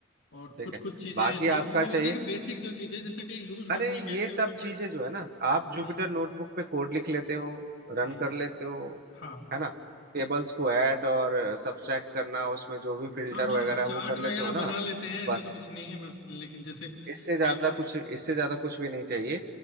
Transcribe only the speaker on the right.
ठीक
है
बाकी
आपका
चाहिए
अरे
ये
सब
चीजें जो है ना आप जुपिटर
नोटबुक पे कोड लिख लेते हो रन
कर लेते हो
है ना टेबल्स को ऐड और सब्ट्रैक्ट करना उसमें जो भी फिल्टर
वगैरह
है, वो कर
लेते हो
ना आप
बस
इससे ज्यादा कुछ इससे ज्यादा कुछ भी नहीं चाहिए